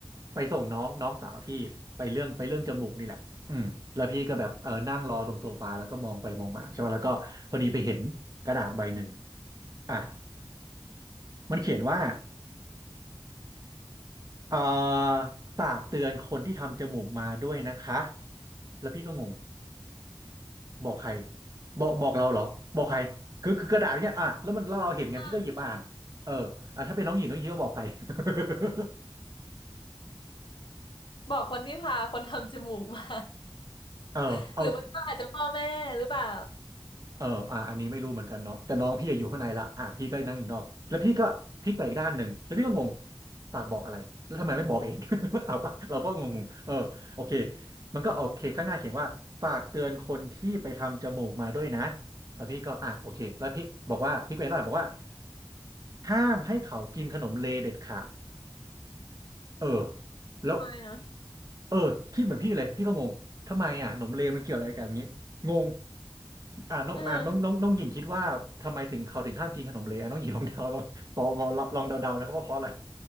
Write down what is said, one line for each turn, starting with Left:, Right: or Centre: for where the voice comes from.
Right: ไปส่งน้องน้องสาวพี่ไปเรื่องไปเรื่องจมูกนี่แหละอืมแล้วพี่ก็แบบเออนั่งรอตรงโซฟาแล้วก็มองไปมองมาใช่ป่ะแล้วก็พอดีไปเห็นกระดาษใบหนึ่งอ่ะมันเขียนว่าเอ่อฝากเตือนคนที่ทำจมูกมาด้วยนะคะแล้วพี่ก็งง บอกใครบอกบอกเราเหรอบอกใครคือคือกระดาษเนี้ยอ่ะแล้วมันแล้วเราเห็นไงพี่ก็หยิบอ่านเอออ่ะถ้าเป็นน้องหญิงน้องหญิงก็บอกใคร
Left: อ่า
Right: <laughs>
Left: บอกคนที่พาคนทำจมูกมา
Right: เออเอา
Left: <laughs> หรือว่าก็อาจจะพ่อแม่หรือเปล่า
Right: เอออ่ะอันนี้ไม่รู้เหมือนกันเนาะแต่น้องพี่อะอยู่ข้างในละอ่ะพี่ก็นั่งอยู่นอกแล้วพี่ก็พลิกไปอีกด้านหนึ่งแล้วพี่ก็งงฝากบอกอะไรแล้วทำไมไม่บอกเอง <laughs> ถามว่าเราก็งงๆเออโอเคมันก็โอเคข้างหน้าเขียนว่าฝากเตือนคนที่ไปทำจมูกมาด้วยนะแล้วพี่ก็อ่ะโอเคแล้วพี่บอกว่าพี่ไปร้านบอกว่าห้ามให้เขากินขนมเลเด็ดขาด เออแล้ว
Left: ใช่นะ
Right: เออคิดเหมือนพี่เลยพี่ก็งงทำไมอ่ะหนมเลวมันเกี่ยวอะไรกับอย่างนี้งงอ่าน้องอ่าน้องน้องน้องหญิงคิดว่าทำไมถึงเขาถึงห้ามกินขนมเลวน้องหญิงลองเดา
Left: เออ
Right: <laughs> ลองพอพอลองเดาๆนะครับว่าเพราะอะไร